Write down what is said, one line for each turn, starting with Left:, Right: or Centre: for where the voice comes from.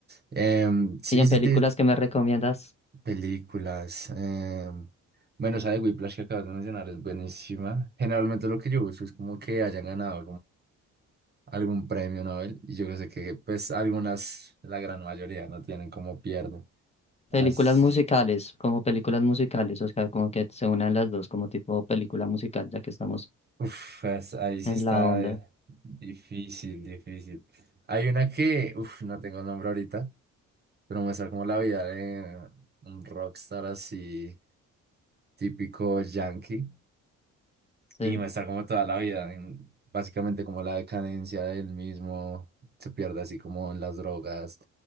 Right: Em, sí,
Left: ¿Y en
Right: sí,
Left: películas
Right: te-
Left: que me recomiendas?
Right: películas. em, bueno, esa de Whiplash que acabas de mencionar es buenísima. Generalmente lo que yo busco es como que hayan ganado, algún premio Nobel y yo sé que pues algunas, la gran mayoría no tienen como pierdo.
Left: Películas
Right: Así,
Left: musicales, como películas musicales, o sea, como que se unan las dos, como tipo película musical, ya que estamos
Right: uf, es- ahí sí
Left: en
Right: está
Left: la onda.
Right: eh, difícil, difícil. Hay una que, uf, no tengo el nombre ahorita, pero muestra como la vida de un rockstar así típico yankee
Left: Sí,
Right: Y va a estar como toda la vida, en- básicamente como la decadencia del mismo, se pierde así como en las drogas